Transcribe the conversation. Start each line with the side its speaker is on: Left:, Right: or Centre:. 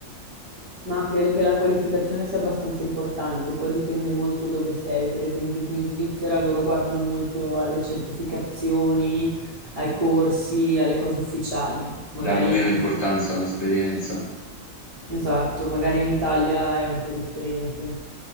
Right: Ma credo che la qualificazione sia abbastanza importante, poi dipende molto dove sei. Per esempio, qui in Svizzera loro guardano molto alle certificazioni, ai corsi, alle cose ufficiali. Magari
Left: Danno meno
Right: in
Left: importanza all'esperienza,
Right: Esatto, magari in Italia è un po' differente.